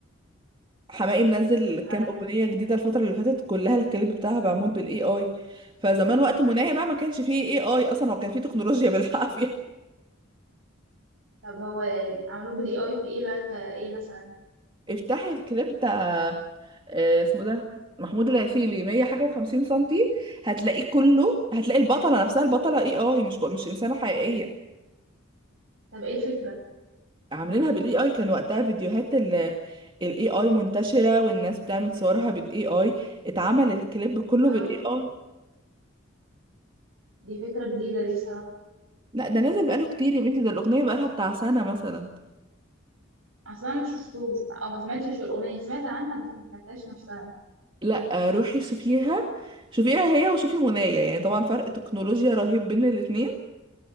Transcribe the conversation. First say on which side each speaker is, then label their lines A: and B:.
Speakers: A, on the right (about 25°); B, on the right (about 80°).
A: حماقي منزل كام
B: على
A: اغنيه
B: كده
A: جديده الفتره اللي فاتت كلها الكليب بتاعها معمول بالاي اي فزمان وقت منايا بقى ما كانش فيه اي اي اصلا هو كان فيه تكنولوجيا بالعافيه
B: طب هو عملوه بالاي اي في ايه بقى كايه مثلا
A: <laughs> افتحي الكليب بتاع آه، اسمه ده محمود العسيلي 100 حاجه و50 سنتي هتلاقيه كله هتلاقي البطله نفسها البطله اي اي مش مش انسانه حقيقيه
B: طب ايه الفكرة
A: عاملينها بالاي اي كان وقتها فيديوهات ال الاي اي منتشره والناس بتعمل صورها بالاي اي اتعمل الكليب كله
B: اه
A: بالاي اي
B: دي فكرة جديدة دي الصراحة
A: لا ده نازل بقاله كتير يا بنتي ده الاغنيه بقالها بتاع سنه مثلا
B: اصلا ما شفتوش او ما سمعتش الاغنية سمعت عنها بس ما سمعتهاش نفسها
A: لا روحي شوفيها شوفيها هي وشوفي منايا يعني طبعا فرق تكنولوجيا رهيب بين الاتنين